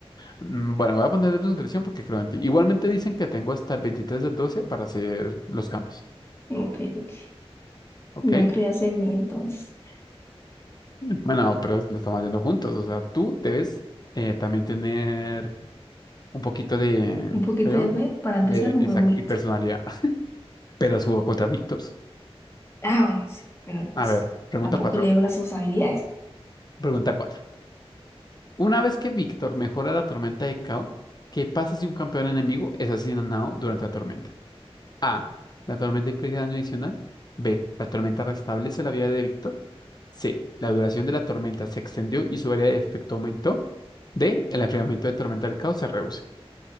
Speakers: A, on the left; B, on the left.
A: Mm, Bueno, voy a poner nutrición porque creo en ti. Igualmente dicen que tengo hasta el 23 del 12 para hacer los cambios.
B: Ok, ok.
A: ¿Ok?
B: No creas en mí entonces.
A: Bueno, pero lo estamos haciendo juntos. O sea, tú debes eh, también tener un poquito de... ¿cómo
B: Un poquito
A: se llama?
B: de fe, para empezar,
A: De,
B: un
A: exacto,
B: huevito.
A: y personalidad. <laughs> Pero subo contra Víctor.
B: Ah, bueno, sí, pero pues
A: A ver, pregunta
B: tampoco
A: 4.
B: leo las sus habilidades.
A: Pregunta 4. Una vez que Víctor mejora la tormenta de caos, ¿qué pasa si un campeón enemigo es asesinado durante la tormenta? A. La tormenta implica daño adicional. B. La tormenta restablece la vida de Víctor. C. La duración de la tormenta se extendió y su área de efecto aumentó. D. El enfriamiento de tormenta del caos se reduce.